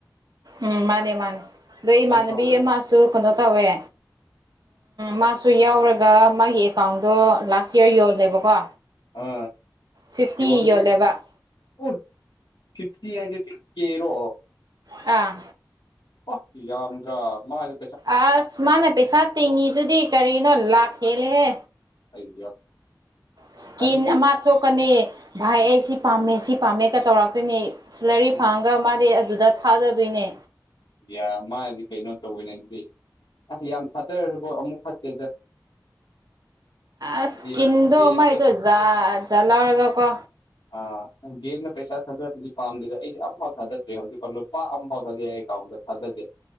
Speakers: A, on the right; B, on the left.
A: ꯎꯝ ꯃꯥꯅꯦ ꯃꯥꯅꯦ ꯑꯗꯣ ꯏꯃꯥꯟꯅꯕꯤ
B: ꯇꯧꯕꯅꯦ
A: ꯑꯃꯁꯨ ꯀꯩꯅꯣ ꯇꯧꯋꯦ ꯃꯥꯁꯨ ꯌꯥꯎꯔꯒ ꯃꯥꯒꯤ ꯑꯦꯀꯥꯎꯟꯗꯣ ꯂꯥꯁ ꯌꯔ ꯌꯣꯜꯂꯦꯕꯀꯣ
B: ꯑ
A: ꯐꯤꯐꯇꯤ
B: ꯌꯣꯟꯕꯣꯏ
A: ꯌꯣꯜꯂꯦꯕ
B: ꯑꯣꯏ ꯐꯤꯞꯇꯤ ꯍꯥꯏꯗꯤ ꯐꯤꯞ ꯀꯦꯔꯣ꯫
A: ꯑꯥ꯫
B: ꯑꯣ ꯌꯥꯝꯗ꯭ꯔꯥ ꯃꯥꯏꯗꯣ
A: ꯑꯁ ꯃꯥꯅ ꯄꯩꯁꯥ ꯇꯤꯡꯉꯤꯗꯨꯗꯤ ꯀꯔꯤꯅꯣ ꯂꯥꯛ ꯍꯦꯜꯂꯦꯍꯦ
B: ꯑꯩ
A: ꯏꯁꯀꯤꯟ
B: ꯑꯗꯨꯗꯤ
A: ꯑꯃ ꯊꯣꯛꯣꯛꯀꯅꯤ ꯚꯥꯏ ꯑꯩ ꯁꯤ ꯄꯥꯝꯃꯦ ꯁꯤ ꯄꯥꯝꯃꯦꯒ ꯇꯧꯔꯛꯇꯣꯏꯅꯦ ꯁꯤꯂꯔꯤ
B: ꯎꯝ
A: ꯐꯥꯝꯒ ꯃꯥꯗꯤꯩ ꯑꯗꯨꯗ ꯊꯥꯗꯗꯣꯏꯅꯦ
B: ꯌꯥꯔ ꯃꯥꯗꯤ ꯀꯩꯅꯣ ꯇꯧꯕꯩꯅꯦ ꯑꯗꯨꯗꯤ ꯑꯁ ꯌꯥꯝ ꯊꯥꯗꯔꯁꯨꯀꯣ ꯑꯃꯨꯛ ꯐꯠꯇꯦꯗ <inaudible>
A: ꯑꯁ
B: ꯒꯦꯝ
A: ꯀꯤꯟꯗꯣ
B: ꯒꯦꯝꯗ
A: ꯃꯥꯥꯏꯗꯣ ꯖꯥ ꯖ ꯂꯧꯔꯒ ꯀꯣ
B: ꯑꯥ ꯒꯦꯝꯗ ꯄꯩꯁꯥ ꯊꯥꯗꯕꯗꯤ ꯄꯥꯝꯗꯦꯗ ꯑꯩꯗꯤ ꯑꯝꯐꯥꯎ ꯊꯥꯗꯗ꯭ꯔꯤ ꯍꯧꯖꯤꯛꯐꯥꯎ ꯂꯨꯄꯥ ꯑꯝꯐꯥꯎ ꯊꯥꯗꯩ ꯑꯩ ꯑꯦꯀꯥꯎ꯭ꯟꯗ ꯊꯥꯗꯗꯦ